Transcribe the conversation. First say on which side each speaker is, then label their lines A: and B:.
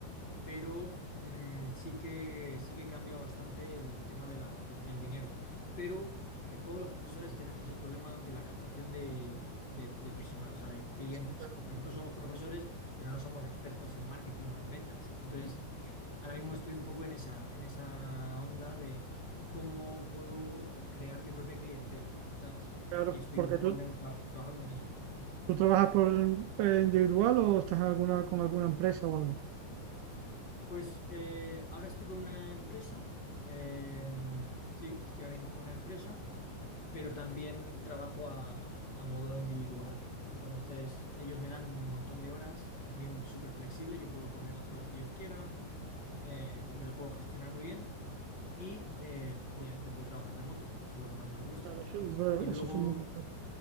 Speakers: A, on the left; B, on the right.
A: pero mm, sí que, sí que cambia bastante el tema de la- del, del dinero. Pero eh, todos los profesores tenemos el problema de la captación de, de, de personas, o sea, de clientes,
B: sí, claro,
A: porque nosotros somos profesores, pero no somos expertos en marketing o en ventas. Entonces, ahora mismo estoy un poco en esa, en esa onda de cómo puedo eh, crear mi propia clientela, ¿sabes?
B: claro.
A: Y estoy
B: Porque
A: un poco
B: tú,
A: ahora mismo tra- trabajando con eso. Mm.
B: tú trabajas por eh, individual o estás en alguna, con alguna empresa o algo.
A: Pues eh, ahora estoy con una empresa, eh, sí, estoy ahora mismo con una empresa, pero también trabajo a, a modo individual. Entonces, ellos me dan un montón de horas, también súper flexible, yo puedo poner las horas que yo quiera, eh, me lo puedo gestionar muy bien y eh, obviamente puedo trabajar remoto, que eso es lo que más me gusta.
B: Claro, eso, eso-
A: Y luego
B: eso es fundamental.